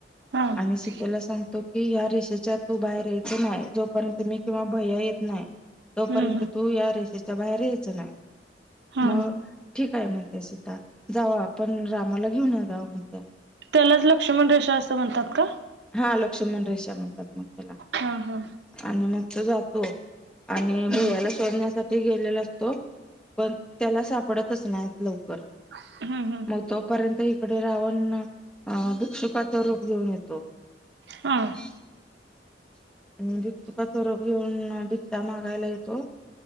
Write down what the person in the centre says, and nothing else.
आणि सीतेला सांगतो की ह्या रेषेच्या तू बाहेर यायच नाही जोपर्यंत मी किंवा भैया या येत नाही तोपर्यंत
तू या रेषेच्या बाहेर यायच नाही
मग ठीक हाय म्हणतीया सीता जावा आपण रामाला घेऊन या जावा म्हणत्या
हा लक्ष्मण रेषा म्हणतात मग त्याला
आणि मग तो जातो आणि
भैयाला सोडण्यासाठी गेलेला असतो पण त्याला सापडत तचं नाहीत लवकर
मग तोपर्यंत इकडे रावण भिकषुकाचा रूप घेऊन येतो
<unintelligible> आणि भिक्षुकाच रूप घेऊन भिक्षा मागायला येतो